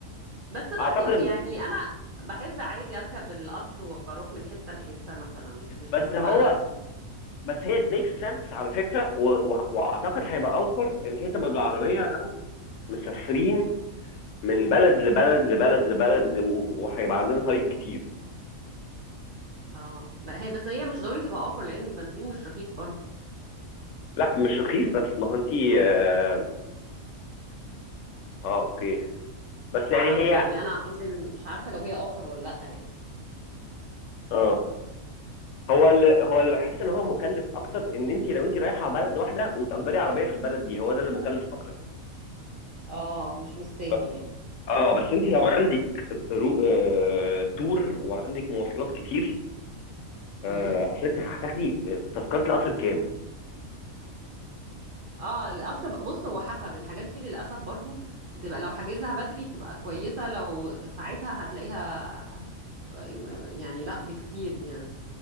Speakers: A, on the right; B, on the left.
A: بس برضو
B: اعتقد
A: يعني انا بحب عادي اركب القطر واروح من حته لحته مثلا مش
B: بس
A: لازم
B: هو
A: اسوق
B: بس هي it makes sense على فكرة و- و- واعتقد هيبقى اوفر ان هي تبقى بالعربية لو مسافرين من بلد لبلد لبلد لبلد ل- و- وهيبقى عندنا طريق كتير
A: اه ب- هي بس هي مش ضروري تبقى اوفر لان البنزين مش رخيص برضو
B: لا مش رخيص بس ما هو انتي اه, آه اوكي بس
A: معرفش
B: يعني هي
A: يعني انا قصدي إن مش عارفه لو هي اوفر ولا لا يعني
B: اه هو اللي هو اللي بحس ان هو مكلف اكتر ان انت لو انت رايحه بلد واحده وتأجري عربيه في البلد دي هو ده اللي مكلف اكتر
A: اه مش مستاهل
B: ب-
A: يعني
B: اه بس انت لو عندك رو... آه... تور وعندك مواصلات كتير آه...
A: امم
B: اصل انت هتاخدي آه، تذكره القطر بكام؟
A: اه القطر بقى- بص هو حسب الحاجات دي للاسف برضو بتبقى لو حاجزها بدري بتبقى كويسه لو في ساعتها هتلاقيها يعني لا بكتير يعني